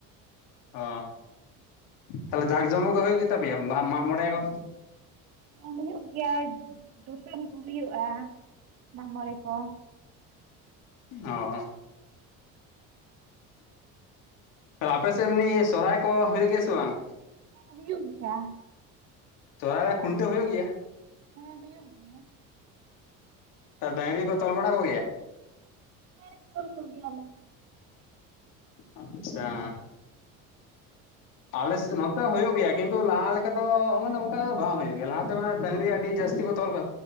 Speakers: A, on the left; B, on the right.
A: ᱚ ᱛᱟᱦᱚᱞᱮ ᱡᱟᱸᱠ ᱡᱚᱢᱚᱠ ᱜᱮ ᱦᱩᱭᱩᱜ ᱜᱮ ᱛᱟᱯᱮᱭᱟ ᱵᱟᱦᱟ ᱢᱟᱜ ᱢᱚᱬᱮ ᱠᱚ
B: ᱦᱩᱭᱩᱜ ᱜᱮᱭᱟ ᱫᱩᱥᱚᱱ ᱠᱚ ᱦᱩᱭᱩᱜᱼᱟ ᱢᱟᱜᱢᱚᱬᱮ ᱠᱚ
A: ᱚ ᱛᱟᱦᱚᱞᱮ ᱟᱯᱮ ᱥᱮᱜ ᱮᱢᱱᱤ ᱥᱚᱨᱦᱟᱹᱭ ᱠᱚ ᱦᱩᱭᱩᱜ ᱜᱮᱭᱟ ᱥᱮ ᱵᱟᱝ?
B: ᱦᱩᱭᱩᱜ ᱜᱮᱭᱟ᱾
A: ᱥᱚᱨᱦᱟᱹᱭ ᱨᱮ ᱠᱷᱩᱱᱴᱟ ᱦᱳᱭᱳᱜ ᱜᱮᱭᱟ?
B: ᱦᱮᱸ ᱦᱩᱭᱩᱜ ᱜᱮᱭᱟ᱾
A: ᱟᱨ ᱰᱟᱝᱨᱤ ᱠᱚ ᱛᱚᱞ ᱵᱟᱲᱟ ᱠᱚᱜᱮ ᱭᱟ?
B: ᱦᱮᱸ ᱛᱚᱞ ᱠᱚᱜᱮ ᱭᱟ ᱞᱮ᱾
A: ᱟᱪᱪᱷᱟ᱾ ᱟᱞᱮ ᱥᱮᱜ ᱱᱚᱛᱮ ᱦᱩᱭᱩᱜ ᱜᱮᱭᱟ ᱠᱤᱱᱛᱩ ᱞᱟᱦᱟ ᱞᱮᱠᱟ ᱫᱚ ᱩᱱ ᱚᱝᱠᱟ ᱫᱚ ᱵᱟᱝ ᱦᱩᱭᱩᱜ ᱜᱮᱭᱟ ᱞᱟᱦᱟᱛᱮ ᱢᱟᱱᱮ ᱰᱟᱝᱨᱤ ᱟᱹᱰᱤ ᱡᱟᱹᱥᱛᱤ ᱠᱚ ᱛᱚᱞ ᱠᱟ